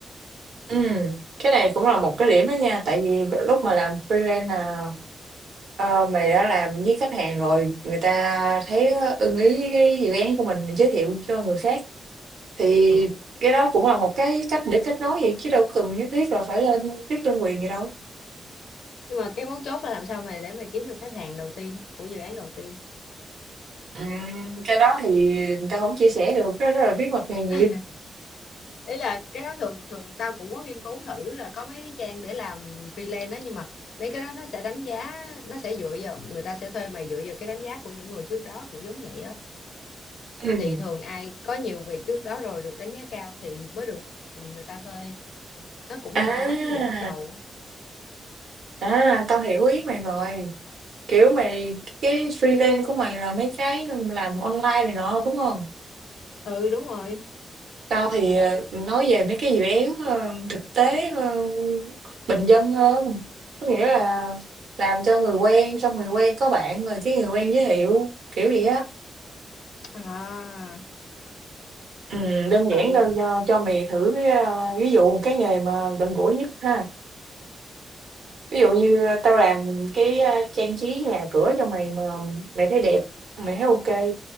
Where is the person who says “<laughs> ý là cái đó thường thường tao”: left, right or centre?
Left